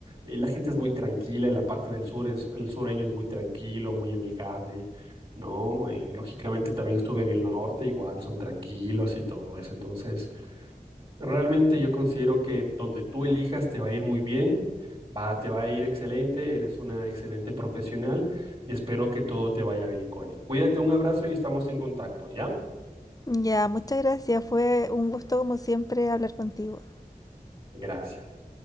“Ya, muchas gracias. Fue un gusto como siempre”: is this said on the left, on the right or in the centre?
Left